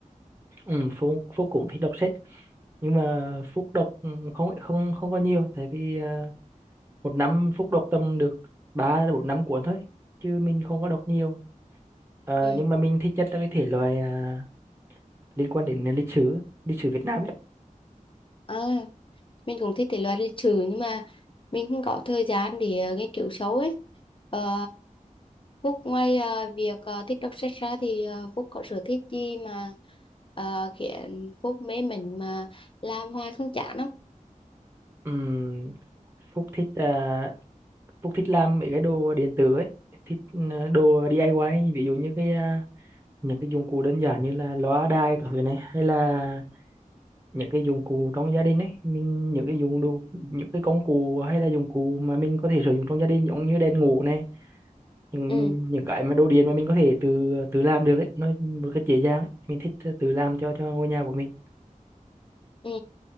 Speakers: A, on the right; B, on the left.
A: Ừ, Phúc, Phúc cũng thích đọc sách nhưng mà Phúc đọc ừ, không không không có nhiều tại vì à, một năm Phúc đọc tầm được 3 đến 4 năm cuốn thôi chứ mình không có đọc nhiều. Ờ,
B: ừ.
A: nhưng mà mình thích nhất là cái thể loại à, liên quan đến lịch sử, lịch sử Việt Nam ấy.
B: À. mình cũng thích thể loại lịch sử nhưng mà mình không có thời gian để ờ, nghiên cứu sâu ấy Ờ, Phúc ngoài ờ, việc ờ, thích đọc sách ra thì ờ, Phúc có sở thích gì mà ờ, khiến Phúc mê mình mà làm hoài không chán không
A: Ừm, Phúc thích à, Phúc thích làm mấy cái đồ điện tử ấy, thích ừ, đồ DIY ví dụ như cái à, những cái dụng cụ đơn giản như là loa đài các thứ này hay là những cái dụng cụ trong gia đình ấy mình những cái dụng đồ những cái công cụ hay là dụng cụ mà mình có thể sử dụng trong gia đình giống như đèn ngủ này những
B: ừ
A: những cái mà đồ điện mà mình có thể tự tự làm được ấy nó một cách dễ dàng ấy. mình thích tự làm cho cho ngôi nhà của mình
B: ừ